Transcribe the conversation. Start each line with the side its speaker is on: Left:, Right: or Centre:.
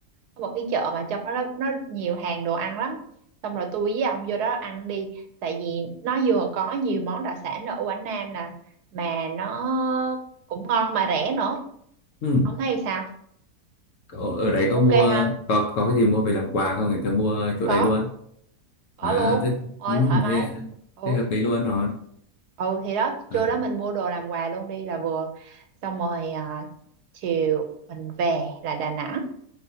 Right: có một cái chợ mà trong đó nó, nó nhiều hàng đồ ăn lắm xong rồi tôi với ông vô đó ăn đi tại vì nó vừa có nhiều món đặc sản ở Quảng Nam nè mà nó cũng ngon mà rẻ nữa
Left: ừ.
Right: ông thấy sao
Left: Ở ở đấy có
Right: ok
Left: mua
Right: ha
Left: có có cái gì mua về làm quà không thì tớ mua chỗ
Right: có
Left: đấy luôn
Right: có
Left: à
Right: luôn
Left: thế
Right: ôi
Left: ừ,
Right: thoải mái
Left: thế
Right: ừ
Left: thế hợp lý luôn rồi
Right: ừ thì đó
Left: à,
Right: trưa đó mình mua đồ làm quà luôn đi là vừa xong rồi à, chiều mình về là Đà Nẵng